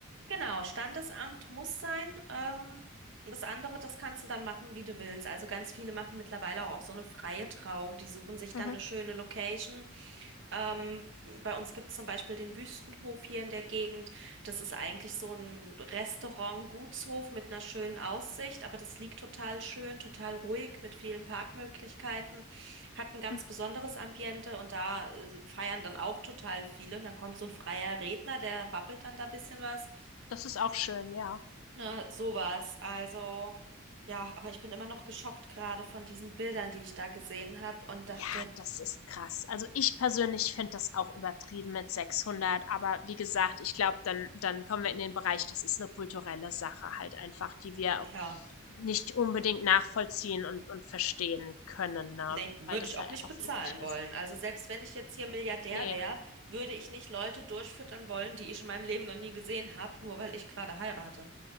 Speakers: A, on the right; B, on the left.
A: genau, Standesamt muss sein. Ähm, und das andere, das kannst du dann machen, wie du willst. Also ganz viele machen mittlerweile auch so eine freie Trauung. Die suchen sich
B: Mhm,
A: dann eine schöne Location Ähm, bei uns gibt es zum Beispiel den Wüstenhof hier in der Gegend. Das ist eigentlich so ein Restaurant, Gutshof mit einer schönen Aussicht, aber das liegt total schön, total ruhig mit vielen Parkmöglichkeiten, hat ein ganz
B: mhm.
A: besonderes Ambiente und da äh, feiern dann auch total viele. Und dann kommt so ein freier Redner, der babbelt dann da ein bisschen was.
B: Das ist auch schön, ja.
A: Ne, sowas. Also, ja, aber ich bin immer noch geschockt gerade von diesen Bildern, die ich da gesehen habe und
B: Ja,
A: dachte,
B: das ist krass. Also, ich persönlich finde das auch übertrieben mit sechshundert. aber wie gesagt, ich glaube, dann dann kommen wir in den Bereich, das ist eine kulturelle Sache halt einfach, die wir
A: ja.
B: auch nicht unbedingt nachvollziehen und und verstehen können, ne,
A: Nee, würde
B: weil das
A: ich auch
B: halt
A: nicht
B: einfach
A: bezahlen
B: so üblich ist.
A: wollen. Also selbst wenn ich jetzt hier Milliardär
B: Ne,
A: wäre, würde ich nicht Leute durchfüttern wollen, die ich in meinem Leben noch nie gesehen habe, nur weil ich gerade heirate.